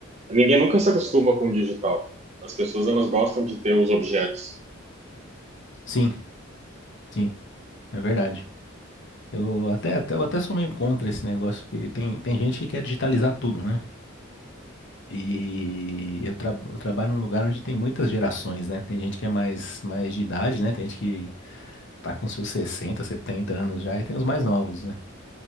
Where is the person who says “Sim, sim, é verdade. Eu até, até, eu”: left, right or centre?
Left